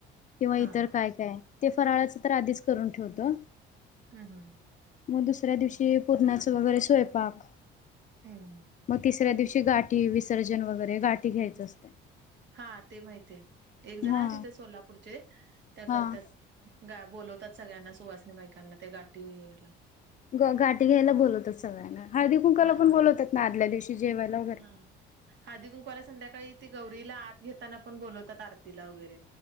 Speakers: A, on the left (about 40°); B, on the right (about 60°).
A: किंवा
B: हा
A: इतर
B: हा
A: काय काय ते फराळाचं तर आधीच करून ठेवतो....
B: हुं हुं....
A: मग दुसऱ्या दिवशी पूरणाच वगैरे स्वयंपाक
B: हम् हम्
A: म तिस... तिसऱ्या दिवशी गाठी विसर्जन वगैरे गाठी... घ्यायचं असते
B: हा ते माहितये. एक जण
A: हा
B: आहेत इथं सोलापूरचे त्या
A: हा
B: करत्यात... गा बोलवतात सगळ्यांना सुवासिनी बाईकांना ते गाठी हे घ्यायला...
A: ग गाठी घ्यायला बोलवत्यात सगळ्यांना.. हळदी कुंकवाला
B: हा
A: पण
B: हा
A: बोलवतात ना? आदल्या दिवशी जेवायला वगैरे..
B: हा हळदी कुंकवाला संध्याकाळी ती गौरीला आत घेताना पण बोलवतात, आरतीला वगैरे...